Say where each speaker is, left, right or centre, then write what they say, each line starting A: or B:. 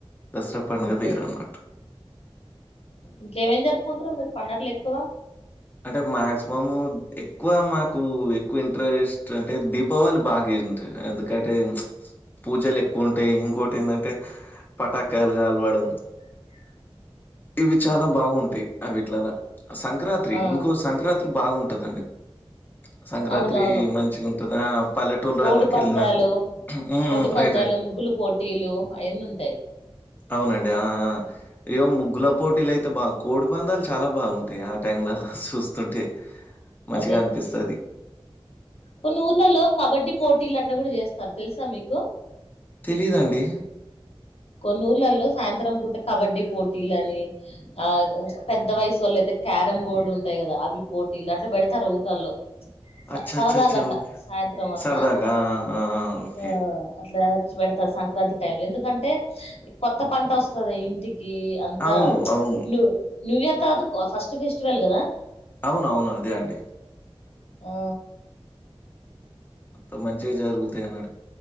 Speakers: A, on the left; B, on the left.
A: దసరా పండుగ
B: ఓకే
A: వేరు అన్నట్టు
B: ఇంకేమేం జరుపుకుంటారు మీరు పండుగలు ఎక్కువ
A: అంటే మాక్సిమమ్ ఎక్కువ మాకు ఎక్కువ ఇంట్రెస్ట్ అంటే దీపావళి బాగా ఎందుకంటే పూజలు ఎక్కువ ఉంటాయి ఇంకోటి ఏంటంటే పటాకాలు గాలవడం
B: <inaudible>
A: ఇవి చాలా బాగుంటాయి అ వీటిలలా సంక్రాంతి
B: ఆ
A: ఇంకో సంక్రాంతి బాగుంట ఉంటదండి సంక్రాంతి
B: అవునవును
A: మంచిగా ఉంటది పల్లెటూరు
B: కోడి
A: ఎలాకి
B: పందాలు
A: వెళ్ళినట్టు హ్మ్
B: కోడి పందాలు
A: రైట్ రైట్
B: ముగ్గులు పోటీలు అయన్నంటాయి
A: అవునండి ఆ ఇయ ముగ్గుల పోటీలు అయితే బాగా కోడి పందాలు చాలా బాగుంటాయి ఆ టైంలో అలా చూస్తుంటే మంచిగా
B: అదే
A: అనిపిస్తుది
B: కొన్ని ఊర్లలో కబడ్డీ పోటీలు అట్లా కూడా చేస్తారు తెలుసా మీకు
A: తెలిదండి
B: కొన్న ఊర్లలో సాయంత్రం పూట కబడ్డీ పోటీల అని ఆ పెద్ద
A: ఆహా!
B: వయసు వళ్ల అయితే క్యారం బోర్డు ఉంటాయి కదా అవి పోటీలు అట్లా పెడతారు ఊర్లల్లో స
A: అచ్చా!
B: సరదాగా
A: అచ్చా! అచ్చా!
B: అట్లా
A: ఓకే.
B: సాయంత్రం అట్లా
A: సరదాగా ఆ! ఆ! ఓకే.
B: ఆ అట్లా పెడతారు సంక్రాంతి టైమ్ లో ఎందుకంటే కొత్త పంట వస్తుంది ఇంటికి అంతా
A: అవును. అవును.
B: ూ న్యూ ఇయర్ తర్త ఫస్ట్ ఫెస్టివల్ కదా
A: అవునవును. అదే అండి.
B: ఆ
A: అ మంచిగా జరుగుతాయి అన్నాడు